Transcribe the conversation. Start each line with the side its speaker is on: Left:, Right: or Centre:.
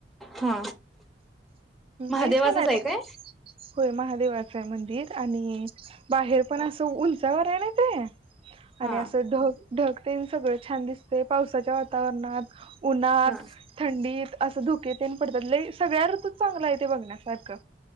Centre: हा महादेवाचंच
Right: लई छान आहे
Centre: हाय
Right: तो.
Centre: काय
Right: होय महादेवाचय मंदिर आणि बाहेर पण असं उंचावरय ना ते
Centre: हा
Right: आणि असं ढग ढगतेन सगळं छान दिसतय पावसाच्या वातावरणात. उन्हात
Centre: हा
Right: थंडीत असं धुकेेतेन पडतात लय सगळ्या ऋतुत चांगलंय ते बघण्यासारखं